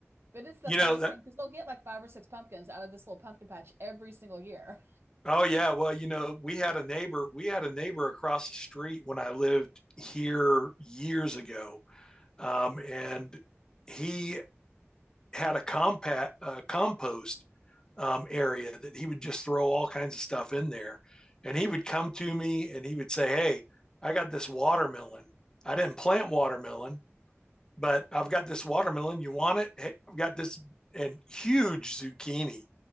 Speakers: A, on the right; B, on the left.
A: But it's the
B: you
A: funniest
B: know that
A: thing because they'll get like five or six pumpkins out of this little pumpkin patch every single year.
B: Oh yeah, well, you know, we had a neighbor. We had a neighbor across the street when I lived here years ago, um, and he had a compact uh, compost um, area that he would just throw all kinds of stuff in there. And he would come to me and he would say, "Hey, I got this watermelon. I didn't plant watermelon, but I've got this watermelon. You want it? Hey, I've got this and huge zucchini."